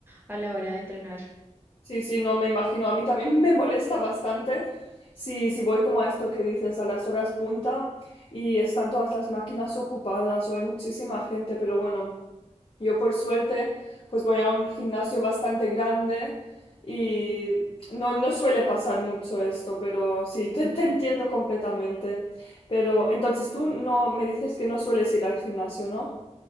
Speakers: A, on the right (about 15°); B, on the left (about 50°).
A: a la hora de entrenar.
B: Sí, sí, no me imagino. A mí también <laughs> me molesta bastante si, si voy como a esto que dices, a las horas punta y están todas las máquinas ocupadas o hay muchísima gente, pero bueno. Yo por suerte pues voy a un gimnasio bastante grande y no, no suele pasar mucho esto, pero sí, te, te entiendo completamente. Pero entonces tú no me dices que no sueles ir al gimnasio, ¿no?